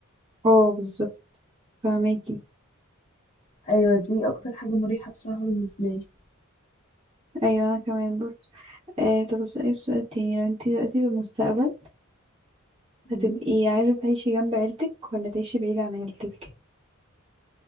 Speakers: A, on the right (about 30°); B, on the left (about 35°).
A: اه بالظبط فاهماكي
B: ايوه دي اكتر حاجه مريحه بصراحه بالنسبه لي
A: ايوه انا كمان برضه آه طب بس ايه السؤال التاني لو انتي دلوقتي في المستقبل هتبقي
B: مم.
A: عايزة تعيشي جنب عيلتك ولا تعيشي بعيد عن عيلتك